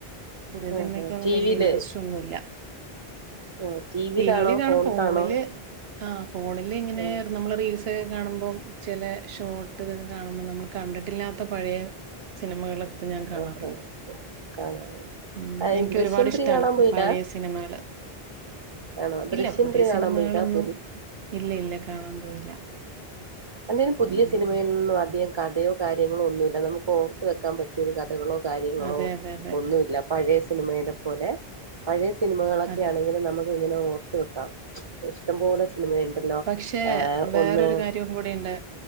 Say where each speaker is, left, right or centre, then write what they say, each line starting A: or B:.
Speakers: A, on the right; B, on the right.
A: പുതിയ സിനിമയ്ക്കൊന്നും
B: ആഹ് ആഹ് ടിവിയില്
A: വലിയ ഇൻട്രസ്റ്റ് ഒന്നുല്ല
B: ആഹ് ടിവിയിലാണോ
A: ടിവിയില് കാണും
B: ഫോണിലാണോ
A: ഫോണില് ആഹ് ഫോണില് ഇങ്ങനെ
B: ആഹ്
A: നമ്മള് റീൽസ്‌ ക്കെ കാണുമ്പോൾ ചില ഷോർട്ട് ഇതൊക്കെ കാണുമ്പോ നമ്മൾ കണ്ടിട്ടില്ലാത്ത പഴയ സിനിമകളൊക്കെ ഞാൻ കാണാറുള്ളൂ
B: ആഹ് ആഹ് കാണാറുണ്ട്
A: ഉം എനിക്ക്
B: ദൃശ്യം
A: ഒരുപാട് ഇഷ്ടാണ്
B: ത്രീ കാണാൻ പോയില്ല
A: പഴയ സിനിമകള്
B: ആണോ
A: ഇല്ല
B: ദൃശ്യം
A: പുതിയ
B: ത്രീ
A: സിനിമകളൊന്നും
B: കാണാൻ പോയില്ല പുതി
A: ഇല്ല ഇല്ല കാണാൻ പോയില്ല
B: അല്ലേലും പുതിയ
A: ഉം
B: സിനിമയിൽ നിന്നും അധികം കഥയോ കാര്യങ്ങളോ ഒന്നുമില്ല നമുക്ക് ഓർത്ത് വെക്കാൻ പറ്റ് മറ്റരു കഥകളോ കാര്യങ്ങളോ
A: അതെ അതെ അതെ
B: ഒന്നുല്ല പഴയ സിനിമയിലെ പോലെ പഴയ സിനിമകളൊക്കെ
A: അതെ
B: ആണെങ്കിലും നമുക്ക് ഇങ്ങനെ ഓർത്ത് വെക്കാം ഇഷ്ടപോലെ സിനിമയുണ്ടല്ലോ
A: പക്ഷെ
B: ആഹ്
A: വേറൊരു
B: ഒന്ന്
A: കാര്യവും കൂടിട്ടുണ്ട്